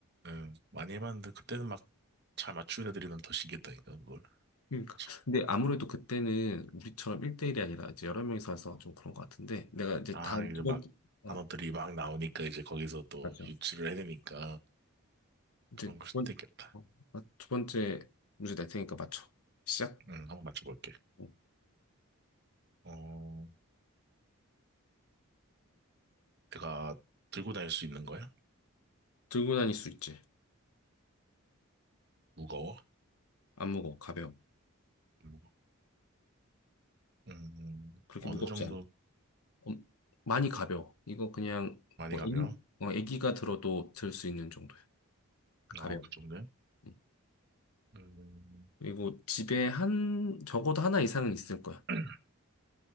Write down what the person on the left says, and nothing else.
그러니까
근데 아무래도 그때는 우리처럼 1대1이 아니라 이제 여러 명이서 해서 좀 그런 것 같은데 내가 이제
다음
두
번째 어
맞아.
이제
두
번,
어, 마- 두 번째 문제 낼 테니까 맞춰. 시작.
어.
들고 다닐 수 있지.
안 무거워. 가벼워.
그렇게
무겁지
않아. 엄- 많이 가벼워. 이거 그냥
뭐
애기, 어, 애기가 들어도 들 수 있는 정도야. 가벼워.
응.
그리고 집에 한, 적어도 하나 이상은 있을 거야.